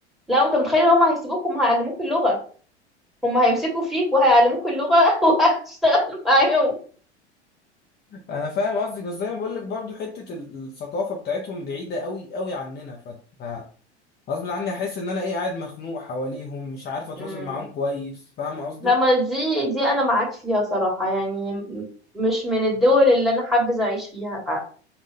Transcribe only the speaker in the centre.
لا أنت متخيل هم هيسيبوك هم هيعلموك اللغة هم هيمسكوا فيك وهيعلموك اللغة <laughs> وهتشتغل معاهم
امم
لما دي دي أنا معاك فيها صراحة يعني م- مش من الدول اللي أنا حابة أعيش فيها فعلا